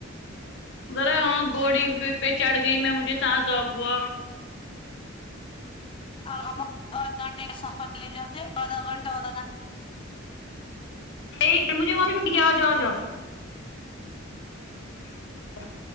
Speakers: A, on the left; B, on the left.
A: ذرا وہاں گوڑی پہ چڑھ گئی میں مجھے تاں اب ہوا
B: ہم آدھ گھنٹے کا سفر لے جاتے ہیں آدھا گھنٹہ آدا گھنٹہ
A: ایک مجھے وہاں سے ٹ گ جؤاؤ جا <unintelligible>